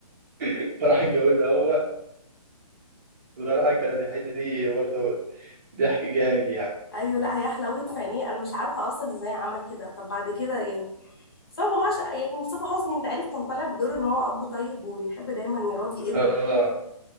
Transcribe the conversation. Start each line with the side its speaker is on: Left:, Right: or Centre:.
Right: <laughs> فراح اتجوزها هو بصراحة كانت الحتة دي برضه ضحك جامد يعني
Left: ايوه لا هي حلاوة فنيه انا مش عارفة اصلا ازاي عمل كده طب بعد كده يعني بس هو بابا عش- يعني مصطفى حسني انت عارف كان طالع بدور ان هو اب طيب ويحب دايما يراضي
Right: اه